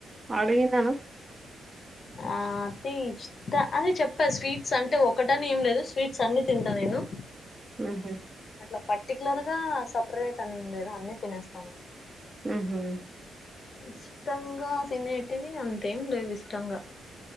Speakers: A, on the right (about 25°); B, on the left (about 50°).
A: అడిగినాను
B: ఆ అతి ఇష్ట అదే చెప్పా స్వీట్స్ అంటే ఒకటని ఏం లేదు స్వీట్స్ అన్ని తింటా నేను
A: ఉహు
B: ఇట్లా పర్టికులర్ గా సపరేట్ అని ఏం లేదు అన్ని తినేస్తాను
A: ఉహు
B: ఇష్టంగా తినేటివి అంతేం లేవు ఇష్టంగా